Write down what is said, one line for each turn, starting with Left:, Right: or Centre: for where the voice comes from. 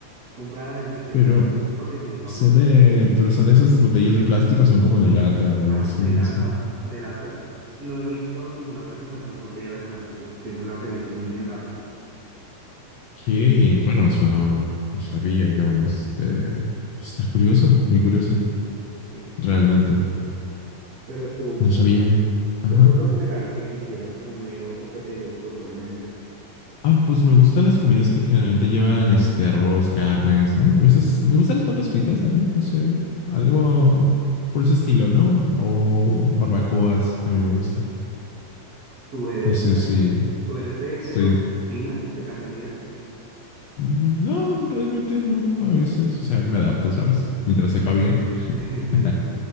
Right: Cómprala desde que
Left: pero
Right: la veas, porque tu vida va
Left: son
Right: a ser rica.
Left: de, pero son esas botellas de plástico, son como de lata o algo
Right: Ah,
Left: así,
Right: de
Left: no
Right: latas,
Left: sé.
Right: de latas. No he visto ninguna presentación en botella de plástico. Siempre las he visto en, en lata.
Left: Ok, bueno, eso no, no sabía yo. Este, pues está curioso, muy curioso,
Right: Sí,
Left: realmente.
Right: siempre. Pero tú,
Left: No sabía. Ajá.
Right: tú por lo general, ¿qué quisieras comer o, o qué te gusta usualmente?
Left: Ah, pues me gustan las comidas que generalmente llevan este arroz, carnes, ¿no? A veces me gustan las papas fritas también, no sé, algo por ese estilo, ¿no? O barbacoas también me gustan.
Right: ¿Tú eres,
Left: No sé si
Right: tú eres de,
Left: estoy...
Right: de cocina fina, de casualidad?
Left: No, realmente no, a veces, o sea, me adapto, ¿sabes? Mientras sepa bien.
Right: <laughs>
Left: <laughs>